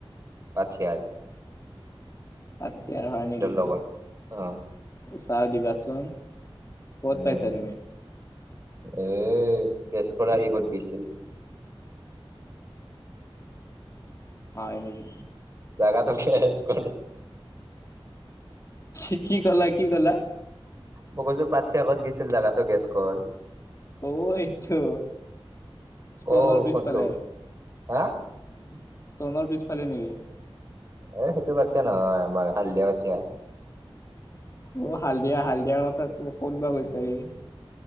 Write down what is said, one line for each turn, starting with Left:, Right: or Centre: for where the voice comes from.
Right: পথাৰ।
Left: পাঠিয়াৰ হয় নেকি
Right: লগত অ
Left: উচাও দিবাচোন? ক'ত
Right: উম,
Left: পাইছা তুমি?
Right: এ গেছ কৰা সি কত গৈছিল?
Left: হয় নেকি
Right: জাগাটোক স্কুল
Left: সি কি কলে কি কলা
Right: মগৈজো পাৰ্থীৰ আগত গৈছিল জেগাটো গেছকৰ?
Left: অ, এইটো ষ্টনৰ
Right: অ
Left: পিছফালে
Right: কোনটো
Left: ষ্টনৰ
Right: হা
Left: পিছফালে নেকি?
Right: এ সেইটো বাটচা নহয় আমাৰ হাল্দিয়া পাতিয়া।
Left: অ, হালদিয়া হালদিয়াৰ কথা তো ক'ত বা কৈছা ইি।